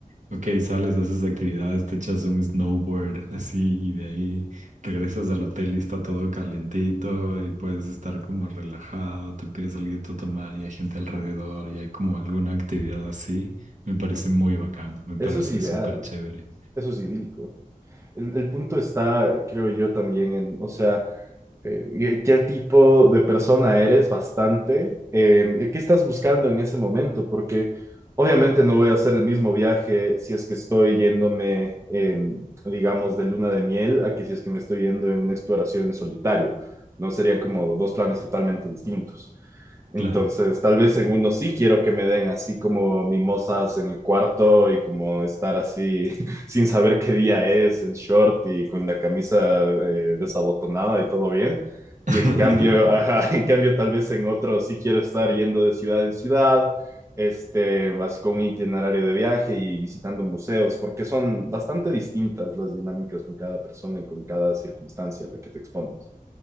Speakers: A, on the right; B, on the right.
A: ok, sales, haces actividades, te echas un snowboard así y de ahí regresas al hotel y está todo calentito y puedes estar como relajado, te pides algo de tomar y hay gente alrededor y hay como alguna actividad así. Me parece muy bacán, me
B: Eso
A: parece
B: es ideal,
A: súper chévere.
B: eso es idílico. El, el punto está, creo yo, también en, o sea, eh, ¿qué tipo de persona eres bastante? Eh, y ¿qué estás buscando en ese momento? Porque obviamente no voy a hacer el mismo viaje si es que estoy yéndome, eh, digamos, de luna de miel a que si es que me estoy yendo en una exploración en solitario. No serían como dos planes totalmente distintos. Entonces,
A: Claro.
B: tal vez en uno sí quiero que me den así como mimosas en el cuarto y como estar así <laughs> sin saber qué día es, en short y con la camisa eh, desabotonada y todo bien.
A: <laughs>
B: Y en cambio, <laughs> ajá, en cambio, tal vez en otro sí quiero estar yendo de ciudad en ciudad, este, así con un itinerario de viaje y visitando museos, porque son bastante distintas las dinámicas con cada persona y con cada circunstancia a la que te expones.